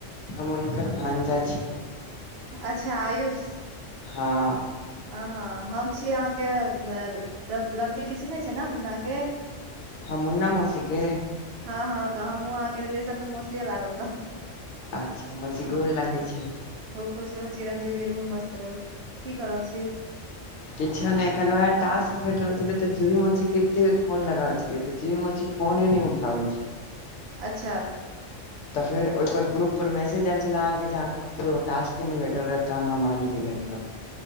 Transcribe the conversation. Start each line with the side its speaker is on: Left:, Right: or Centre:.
Left: हम हुनकर भांजा छी
Right: अच्छा आयुष
Left: हाँ
Right: हँ हँ हम छी अहाँके तब लवलीके चिन्हैत छियै ने मुन्नाके
Left: हाँ मुन्ना मौसी के
Right: हँ हँ तऽ हमहूँ अहाँके रिलेशनमे मौसीये लागब तह
Left: अच्छा मौसी गोर लागै छी।
Right: खूब खुश रहू चिरंजीवी रहू मस्त रहू। की कऽ रहल छी
Left: किछो नहि एखन वैह टास्क भेटल छलै तऽ जुही मौसी के एते बेर फोन लगाबे छेलियै तऽ जुही मौसी फोने नै उठाबै छै
Right: अच्छा
Left: तऽ फेर ओहि पर ग्रुप पर मैसेज आइल छले अहाँके जान तो टास्के नहि वेटल रहै तहन हम अहीं के लगेलौं